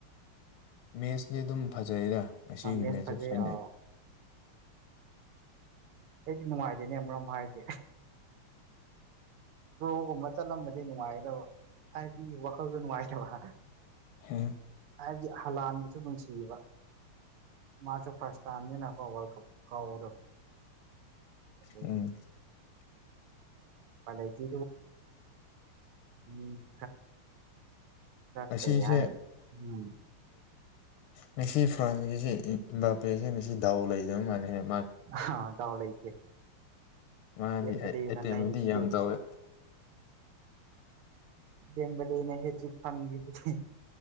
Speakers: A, on the left (about 80°); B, on the right (about 85°).
A: ꯃꯦꯠꯁꯅꯤ ꯑꯗꯨꯝ ꯐꯖꯩꯔ ꯉꯁꯤꯒꯤ
B: ꯃꯦꯁ
A: ꯃꯦꯠꯁꯁꯦ
B: ꯐꯖꯩ
A: ꯁꯩꯅꯩ
B: ꯑꯥꯎ ꯑꯩꯗꯤ ꯅꯨꯡꯉꯥꯏꯖꯦꯅꯦ ꯑꯃꯣꯝ ꯍꯥꯏꯁꯦ ꯣꯒꯨꯝꯕ ꯆꯠꯂꯝꯕꯗꯤ ꯅꯨꯡꯉꯥꯏꯗꯕ ꯍꯥꯏꯗꯤ ꯋꯥꯈꯜꯗ ꯅꯨꯡꯉꯥꯏꯇꯕ ꯍꯥꯏꯔ
A: ꯎꯝ
B: ꯍꯥꯏꯗꯤ ꯍꯂꯥꯟ ꯁꯨ ꯅꯨꯡꯁꯤꯕ ꯃꯥꯁꯨꯦ ꯐꯥꯔꯁꯇꯥꯅꯦꯅ ꯑꯩꯈꯣꯏ ꯋꯥꯔꯜ ꯀꯞ ꯀꯥꯎꯕꯗꯣ ꯑꯒꯤ
A: ꯎꯝ
B: ꯐꯂꯗꯤ ꯎꯝ ꯆꯀꯩ
A: ꯉꯁꯤꯁꯦ
B: ꯍꯥꯏꯅ ꯎꯝ
A: ꯉꯁꯤ ꯐ꯭ꯔꯥꯟꯁꯦ ꯏ ꯕꯥꯕꯦꯁꯦ ꯉꯁꯤ ꯗꯥꯎ ꯂꯩꯗꯧ ꯃꯥꯜꯂꯦ ꯍꯥꯏꯕ
B: ꯑ ꯇ ꯂꯩꯇꯦ
A: ꯃꯥꯗꯤ
B: ꯗ‌‌ꯦꯝꯕ‌ꯦꯂ‌ꯦ‌ꯅ
A: ꯑꯦꯇꯦꯝꯕꯨꯗꯤ
B: ꯅꯩ ꯁꯤꯗꯤ
A: ꯌꯥꯝ ꯇꯧꯋꯦ
B: ꯗ‌ꯦꯝꯕ‌ꯦꯂ‌ꯦꯅ ꯍꯦꯇ꯭ꯔꯤꯠ ꯐꯪꯏꯁꯤꯗꯤ